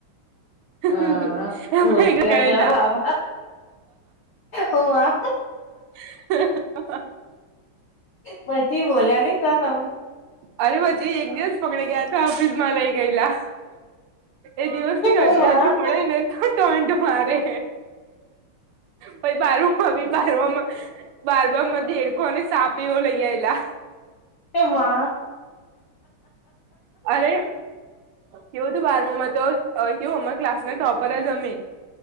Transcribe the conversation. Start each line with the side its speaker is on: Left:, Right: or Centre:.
Left: હા
Right: એમાં
Left: હું હોવ ઘેર
Right: ગયેલા
Left: જાઓ હાવ હો વા
Right: <unintelligible>
Left: પછી બોલ્યા ની સર તમને
Right: અરે પછી એક દિવસ પકડી ગયા હતા ઓફિસમાં લઈ ગયલા. એ દિવસ થી
Left: ઓ
Right: હજાર
Left: માં
Right: ભી મળે ને તો ટોટ મારે. પ બારમુ મા ભી બારમામાં બારમા માં ભી દેડકો અને સાપ એવ લૈયા આયેલા.
Left: એમાં
Right: અરે કેવું હતું બારમાં તો કેવું અમાર ક્લાસ ના ટોપર જ અમે.